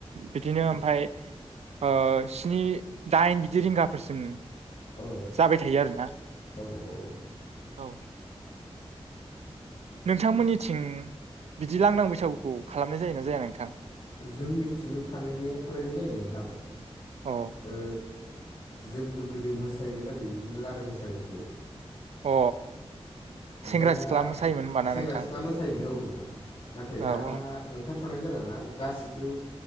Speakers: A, on the right; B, on the left.
A: बिदिनो ओमफाय ओ स्नि दाइन जि रिंगाफोरसिम
B: औ
A: जाबाय थायो आरोना
B: औ औ
A: औ नोंथांमोननिथिं बिदि लांदां बैसागुखौ खालामनाय जायोना जाया नोंथां
B: जोंनिथिंबो खालायनाया खालायनाय जायो नोंथां
A: अ
B: ओ जोंबो गोदो मोसायोमोन आरो बिदिनो लांदां बैसागुखौ
A: अ
B: ओमफ्राय
A: सेंग्रा
B: दा
A: सिख्ला मोसायोमोन होनबाना
B: सेंग्रा
A: नोंथां
B: सिख्ला मोसायोनो औ नोंथां नाथाय
A: औ
B: दा
A: औ
B: ओंखारथ'नाय जाला ना गासिबो